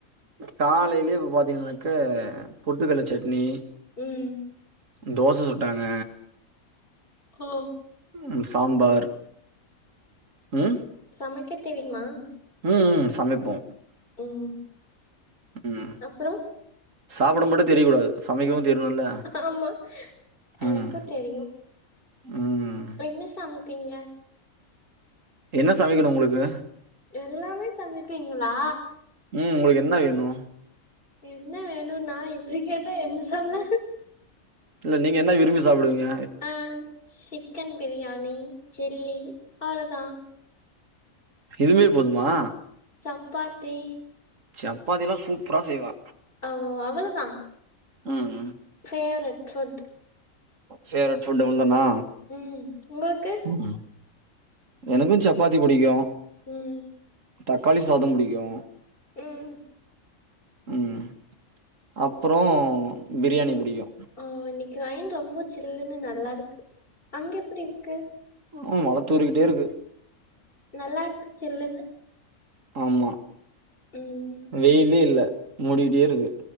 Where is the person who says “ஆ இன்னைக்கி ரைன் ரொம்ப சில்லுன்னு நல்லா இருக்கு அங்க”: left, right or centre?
Left